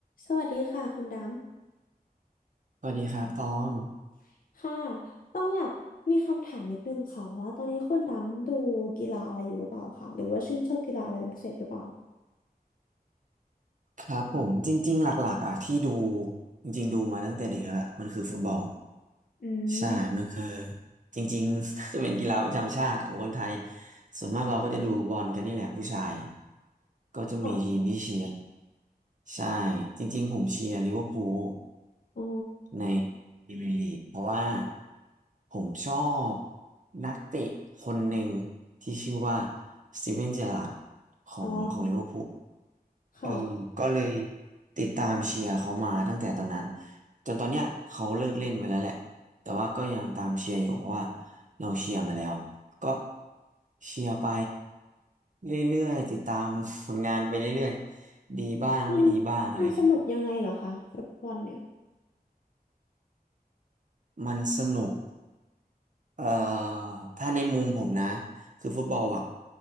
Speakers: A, on the left; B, on the right.
A: สวัสดีค่ะคุณด
B: สวัสดีครับตอง
A: ำค่ะต้องอยากมีคำถามนิดนึงค่ะว่าตอนนี้คุณดำดูกีฬาอะไรอยู่หรือเปล่าคะหรือว่าชื่นชอบกีฬาอะไรเป็นพิเศษหรือเปล่า
B: ครับผมจริงๆหลักๆอ่ะที่ดูจริงๆดูมาตั้งแต่เด็กแล้วล่ะมันคือฟุตบอล
A: อืม
B: ใช่มันคือจริงๆ <laughs> จะเป็นกีฬาประจำชาติของคนไทยส่วนมากเราก็จะดูบอลกันนี่แหละผู้ชายก็จะมีทีมที่เชียร์
A: ค่ะ
B: ใช่จริงๆผมเชียร์ลิเวอร์พูล
A: อ๋อ
B: ในพรีเมียร์ลีกเพราะว่าผมชอบนักเตะคนหนึ่งที่ชื่อว่าสตีเวนเจอราร์ดของของลิเวอร์พูล
A: อ๋อค่ะ
B: เออก็เลยติดตามเชียร์เขามาตั้งแต่ตอนนั้นจนตอนเนี้ยเขาเลิกเล่นไปแล้วแหละแต่ว่าก็ยังตามเชียร์อยู่เพราะว่าเราเชียร์มาแล้วก็เชียร์ไปเรื่อยๆติดตามผลงานไปเรื่อยๆดีบ้างไม่ดีบ้างอะไรเงี้ย
A: มันมันสนุกยังไงเหรอคะฟุตบอลเนี่ย
B: มันสนุกเอ่อถ้าในมุมผมนะคือฟุตบอลอ่ะ